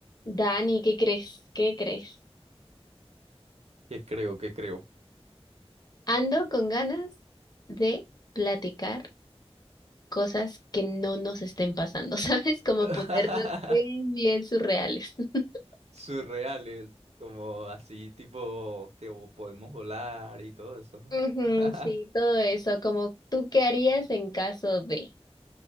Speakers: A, on the left; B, on the right.
A: Dani, ¿qué crees? ¿Qué crees?
B: ¿Qué creo? ¿Qué creo?
A: Ando con ganas de platicar cosas que no nos estén pasando, <laughs> ¿sabes? Como
B: <laughs>
A: ponernos bien, bien surreales. <laughs>
B: Surreales, como así tipo que vo- podemos volar y todo eso.
A: Ujú,
B: <laughs>
A: sí, todo eso, como tú qué harías en caso de.